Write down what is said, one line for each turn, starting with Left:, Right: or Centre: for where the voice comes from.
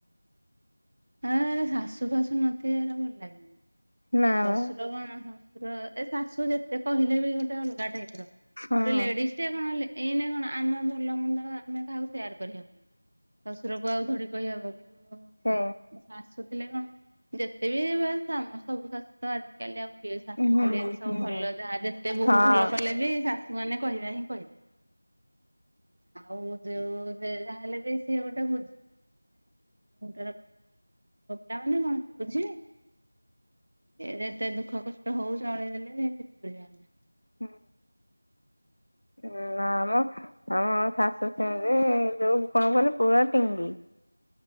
Right: ହେ ଶାଶୁ ଫାଶୁ ନ ଥିବେ ଏଇରା ଭଲ ଲାଗିବନି।
Left: ନା
Right: ଶଶୁର
Left: ବା
Right: କଣ ଶଶୁର ଏ ଶାଶୁ ଯେତେ କହିଲେ ବି ଗୋଟେ ଅଲଗା ଟାଏ ହେଇଥିବ।
Left: ହଁ
Right: ଗୋଟେ ଲେଡିସ୍ ଟେ କଣ ଲେ ଏଇନେ କଣ ଆମେ ଭଲ ମନ୍ଦ ଆମେ କାହାକୁ ସେୟାର କରି ହବନି। ଶଶୁର କୁ ଆଉ ଥୋଡି କହି ହବ କିନ୍ତୁ
Left: ହୁଁ।
Right: ଶାଶୁ ଥିଲେ କଣ ଯେତେ ବି ବା କାମ ସବୁ ଶାଶୁ ତ ଆଜିକାଲି ଆଉ କି ଶାଶୁ
Left: ହୁଁ
Right: ଖାଲି ଏମିତି ସବୁ
Left: ହୁଁ।
Right: ଭଲ ଯାହା ଯେତେ ବୋହୁ
Left: ହଁ
Right: ଭଲ କଲେ ବି ଶାଶୁ ମାନେ କହିବା ହିଁ କହିବେ। ଆଉ ଯୋଉ ସେ ଯାହେଲେ ବି ସିଏ ଗୋଟେ ବୁଝି <unintelligible> କଣ ସେ ବୁଝିବେ। ଏ ଯେତେ ଦୁଃଖ କଷ୍ଟ ହଉ ଚଳେଇ ଦେଲେ ସେ କିଛି ବୁଝିିବାର ନାହିଁ।
Left: ହୁଁ ହଁ ନା ମ। ଆମ ଶାଶୁ ସେମିତି ଯୋଉ କଣ କହିଲେ ପୁରା ଟିଙ୍ଗି।